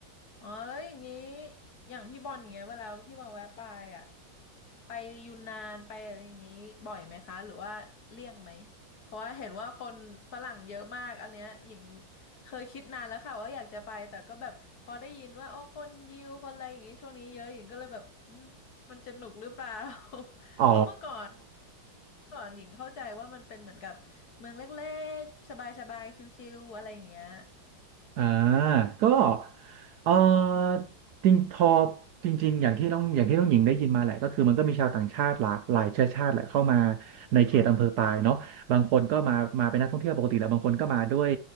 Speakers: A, on the left (about 55°); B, on the right (about 70°).
A: อ๋อแล้วอย่างนี้อย่างพี่บอลอย่างเงี้ยเวลาพี่บอลแวะไปอ่ะไปยูนนานไปอะไรอย่างงี้บ่อยไหมคะหรือว่าเลี่ยงไหมเพราะว่าเห็นว่าคนฝรั่งเยอะมากอันเนี้ยหญิงเคยคิดนานแล้วค่ะว่าอยากจะไปแต่ก็แบบพอได้ยินว่าโอ้คนยิวคนอะไรอย่างงี้ช่วงนี้เยอะหญิงก็เลยแบบอืมมันจะหนุกหรือเปล่า <laughs>
B: อ๋อ
A: เพราะเมื่อก่อนก่อนหญิงเข้าใจว่ามันเป็นเหมือนกับเมืองเล็กๆสบายๆชิลๆอะไรอย่างเงี้ย
B: อ่าก็เออจริงพอจริงๆอย่างที่น้องอย่างที่น้องหญิงได้ยินมาแหละก็คือมันก็มีชาวต่างชาติหลากหลายเชื้อชาติแหละเข้ามาในเขตอำเภอปายเนาะบางคนก็มามาเป็นนักท่องเที่ยวปกติแหละบางคนก็มาด้วย
A: ค